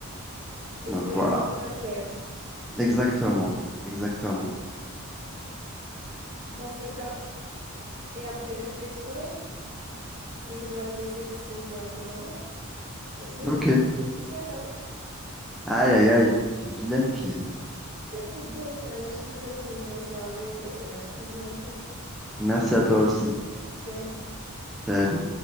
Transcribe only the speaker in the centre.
donc
voilà.
Exactement. Exactement.
Ok.
Aïe, aïe, aïe. Vilaine fille.
Merci à toi aussi.
Salut.